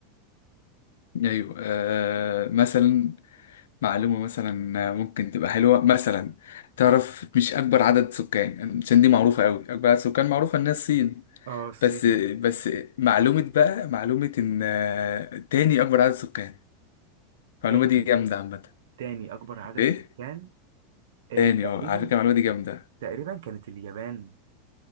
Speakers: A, on the left; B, on the right.
A: ايوه آه مثلا معلومة مثلا ممكن تبقى حلوة مثلا تعرف مش أكبر عدد سكان عشان دي معروفة أوي أكبر عدد سكان معروفة إن هي الصين
B: اه الصين
A: بس بس معلومة بقى معلومة إن آه، تاني أكبر عدد سكان المعلومة
B: تاني
A: دي جامدة عامة
B: تاني اكبر عدد
A: ليه؟
B: سكان آه
A: تاني
B: تقريبا
A: أه على فكرة المعلومة دي جامدة
B: تقريبا كانت اليابان